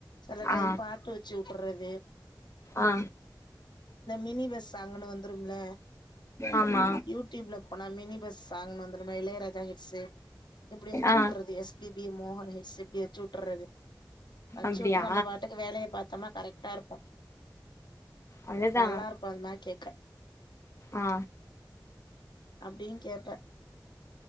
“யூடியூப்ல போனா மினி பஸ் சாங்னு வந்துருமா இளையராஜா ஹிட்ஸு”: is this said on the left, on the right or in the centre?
Left